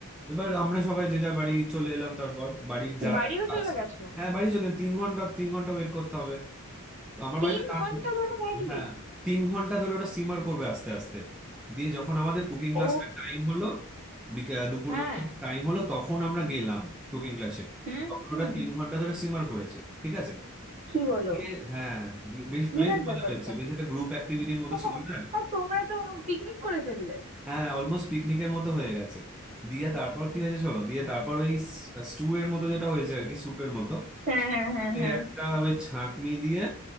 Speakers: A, in the centre; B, on the right.
A: এবার আমরা সবাই যে যার বাড়ি চলে এলাম তারপর বাড়ির যারা
B: বাড়িও
A: কাজ
B: চলে গেছো
A: হ্যাঁ বাড়ি চলে তিন ঘন্টা তিন ঘন্টা ওয়েট করতে হবে তো আমার
B: তিন
A: বাড়িতে জানতো
B: ঘন্টা ধরে ম্যাগি
A: হ্যাঁ তিন ঘন্টা ধরে ওটা সিমার করবে আস্তে আস্তে দিয়ে যখন আমাদের কুকিং
B: ও
A: ক্লাসটা টাইম হলো বিকে- দুপুরবেলা
B: হ্যাঁ
A: টাইম হলো তখন আমরা গেলাম কুকিং ক্লাসে
B: হুম
A: তখন
B: হুম হুম।
A: ওটা তিন ঘন্টা ধরে সিমার করেছে ঠিক আছে
B: কি বলো
A: দিয়ে হ্যাঁ দি- বেশ
B: বিরাট
A: বেশ মজা
B: ব্যাপার
A: হয়েছে
B: তো
A: বেশ একটা গ্রুপ অ্যাক্টিভিটির মতো
B: হ্যাঁ,
A: ছিল না
B: আর তোমরা তো পিকনিক করে ফেললে
A: হ্যাঁ অলমোস্ট পিকনিকের মতো হয়ে গেছে দিয়ে তারপর কি হয়েছে শোনো দিয়ে তারপর ওই স্টু এর মতো যেটা হয়েছে আর কি স্যুপের মতো
B: হ্যাঁ
A: সেটাকে
B: হ্যাঁ হ্যাঁ হ্যাঁ
A: একটা ওই ছাঁকনি দিয়ে